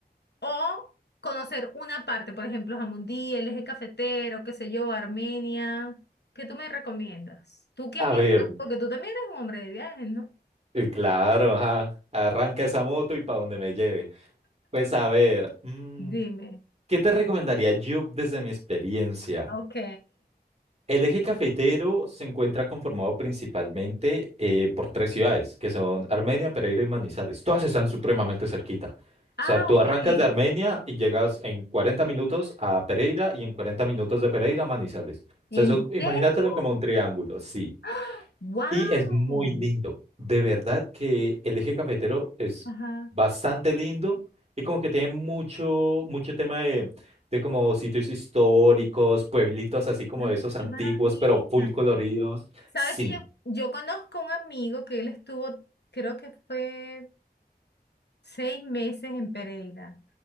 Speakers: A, on the left; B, on the right.
A: o conocer una parte, por ejemplo, Jamundí, el eje cafetero, qué sé yo, Armenia? ¿Qué tú me recomiendas? Tú que
B: A
A: has viajado,
B: ver,
A: porque tú también eres un hombre de viajes, ¿no?
B: eh, claro, ajá, Arranca esa moto y para donde me lleve. Pues a ver, mm,
A: Dime.
B: ¿qué te recomendaría yo desde mi experiencia?
A: Ok.
B: El eje cafetero se encuentra conformado principalmente eh, por tres ciudades, que son Armenia, Pereira y Manizales. Todas están supremamente cerquita.
A: Ah,
B: O sea, tú
A: ok.
B: arrancas de Armenia y llegas en 40 minutos a Pereira y en 40 minutos de Pereira a Manizales. O
A: ¿En
B: sea, eso, imagínatelo
A: serio?
B: como un triángulo, sí.
A: ¡Ah! ¡Wow!
B: Y es muy lindo. De verdad que el eje cafetero es
A: Ajá.
B: bastante lindo y como que tiene mucho, mucho tema de, de como sitios históricos, pueblitos así como
A: ¡Ay,
B: esos antiguos,
A: qué maravilla!
B: pero full coloridos.
A: Sabe
B: Sí,
A: que yo, yo conozco un amigo que él estuvo, creo que fue seis meses en Pereira.